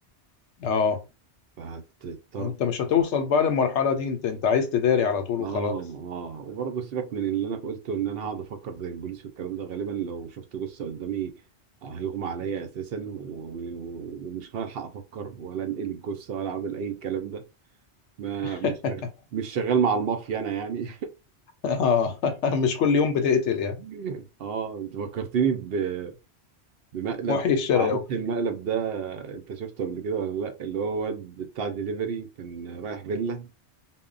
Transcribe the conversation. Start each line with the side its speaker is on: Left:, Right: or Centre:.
Left: اه
Right: فهتضطر
Left: وانت مش هتوصل بقى للمرحلة دي انت انت عايز تداري على طول
Right: اه
Left: وخلاص
Right: اه وبرضه سيبك من اللي انا قلته ان انا هقعد افكر زي البوليس والكلام ده غالبا لو شفت جثه قدامي آه، هيغمى عليا اساسا و- و- ومش هلحق افكر ولا انقل الجثه ولا اعمل اي الكلام ده ما
Left: <laughs>
Right: مش شغال مش شغال مع المافيا انا يعني
Left: اه <laughs> مش كل يوم بتقتل يعني
Right: <laughs> اه انت فكرتني ب- بمقلب
Left: محيي الشرق
Right: معرفش
Left: أوي.
Right: المقلب ده انت شفته قبل كده ولا لا اللي هو واد بتاع دليفري كان رايح فيلا